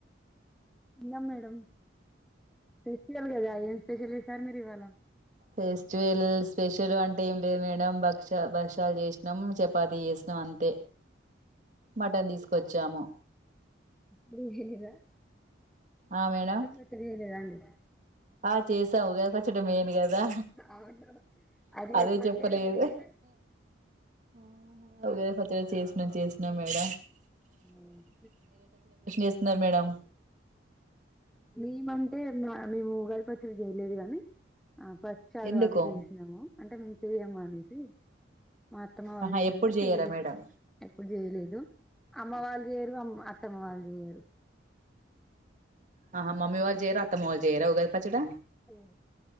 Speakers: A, in the centre; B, on the right.
A: తిన్నం మేడం స్పెషల్ కదా ఏన్ స్పెషల్ సార్ మీ దివాల <inaudible>
B: ఫెస్టివల్ స్పెషల్ అంటే ఏం లేదు మేడం భక్ష భక్ష్యాలు చేసినాం చపాత చేసినాం అంతే మటన్ తీసుకు వచ్చాము
A: అడి హద
B: ఆ మేడం
A: అత్రడి వెదా అండి
B: ఆ చేసావుగా పచ్చడి మేయిన్ కదా
A: అవును అది
B: అదే
A: చెప్పట్లేరు
B: చెప్పలేదు
A: మేమే
B: ఓ నువ్వే ఫతే చేసు నన్ చేసినా మేడ
A: <unintelligible>
B: చేస్తున్నారు మేడం
A: ఏ మా మేము ఉగాది పచ్చడి చేయలేదు గాని ఆ పచ్చాలు
B: ఎందుకు
A: అవి చేసినాము అంటే మంచ్ ఇయ్యం మానేసి మా అత్తమ వాళ్ళు
B: ఆహా
A: చేయ్
B: ఎప్పుడు
A: అంటే
B: చెయ్యరా
A: చేయలేదు
B: మేడం
A: ఎప్పుడు చేయలేదు అమ్మ వాళ్లు చేయరు అమ్ అత్తమ్మ వాళ్లు చేయరు
B: ఆహా మమ్మీ వాళ్లు జయ రా అత్తమ్మ వాళ్లు జయ రా ఉగాది పచ్చడ
A: సరే